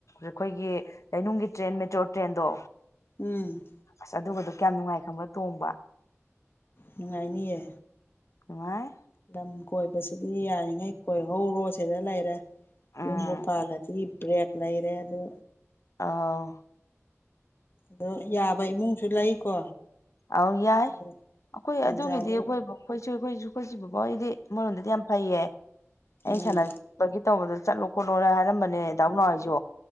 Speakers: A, on the left (about 75°); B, on the left (about 45°).
A: ꯑꯈꯣꯏꯒꯤ ꯂꯩꯅꯨꯡꯒꯤ ꯇ꯭ꯔꯦꯟ ꯃꯦꯇ꯭ꯔꯣ ꯇ꯭ꯔꯦꯟꯗꯣ
B: ꯎꯝ
A: ꯑꯁ ꯑꯗꯨꯒꯗꯣ ꯀꯌꯥꯝ ꯅꯨꯡꯉꯥꯏ ꯈꯪꯕ꯭ꯔꯥ ꯇꯣꯡꯕ
B: ꯅꯨꯡꯉꯥꯏꯅꯤꯌꯦ
A: ꯅꯨꯡꯉꯥꯏ
B: ꯂꯝ ꯀꯣꯏꯕꯁꯤꯗꯤ ꯌꯥꯔꯤꯉꯩ ꯀꯣꯏꯍꯧꯔꯣ ꯁꯤꯗ ꯂꯩꯔꯦ
A: ꯎꯝ
B: ꯌꯨꯝꯕꯨ ꯄꯥꯜꯂꯗꯤ ꯕ꯭ꯔꯦꯛ ꯂꯩꯔꯦ ꯑꯗꯨ
A: ꯑꯥꯎ
B: ꯑꯗꯣ ꯌꯥꯕ ꯏꯃꯨꯡꯁꯨ ꯂꯩꯀꯣ
A: ꯑꯧ ꯌꯥꯏ
B: ꯑꯗꯣ
A: ꯑꯩꯈꯣꯏ
B: ꯇꯟꯖꯥꯗꯣ
A: ꯑꯗꯨꯒꯤꯗꯤ ꯑꯩꯈꯣꯏꯕꯨ ꯑꯩꯈꯣꯏꯁꯨ ꯑꯩꯈꯣꯏꯁꯨ ꯑꯩꯈꯣꯏꯁꯤ ꯕꯥꯕꯥ ꯍꯣꯏꯗꯤ ꯑꯃꯔꯣꯝꯗꯗꯤ ꯌꯥꯝ ꯐꯩꯌꯦ
B: ꯎꯝ
A: ꯑꯩ ꯁꯥꯟꯅ ꯕꯒꯤ ꯇꯧꯕꯗ ꯆꯠꯂꯣ ꯈꯣꯠꯂꯣꯅ ꯍꯥꯏꯔꯝꯕꯅꯦ ꯗꯥ ꯕꯨꯅꯥꯎ ꯍꯣꯏꯁꯨ